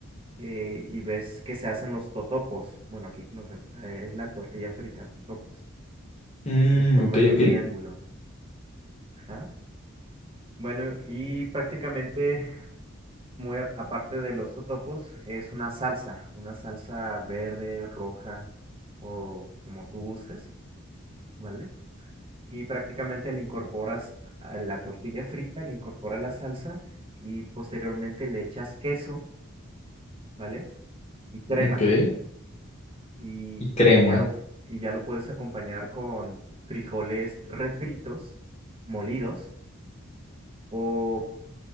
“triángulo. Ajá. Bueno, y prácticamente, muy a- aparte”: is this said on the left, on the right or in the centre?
Right